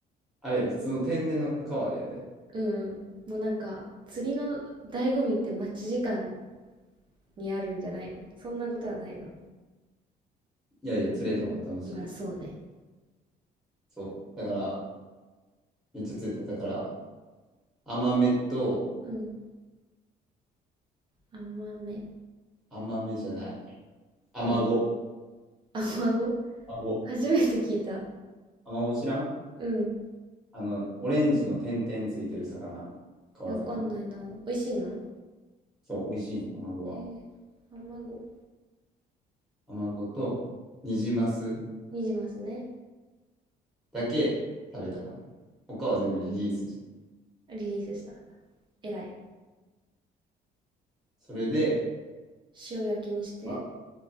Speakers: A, in the centre; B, on the right.
A: あれ、普通の天然の川でやで。
B: うんうん。もうなんか、釣りの醍醐味って待ち時間にあるんじゃないのそんなことはないの
A: いやいや、釣れた方が楽しいやん。
B: まあそうね。
A: そう。だから、めっちゃ釣れた。だから、甘めと、
B: うん。甘め。
A: 甘めじゃない。アマゴ。
B: 甘、<laughs> 甘子
A: アマゴ。
B: 初めて聞いた。
A: アマゴ知らん
B: うん。
A: あの、オレンジの点々ついてる魚。川魚で。
B: いやわかんないな。美味しいの
A: そう、美味しいね、アマゴは。
B: へえ。甘子。
A: 卵とニジマス
B: にじますね。
A: だけ食べたかな。他は全部リリースして。
B: うん。リリースした。えらい。
A: それで、
B: 塩焼きにして。
A: まあ、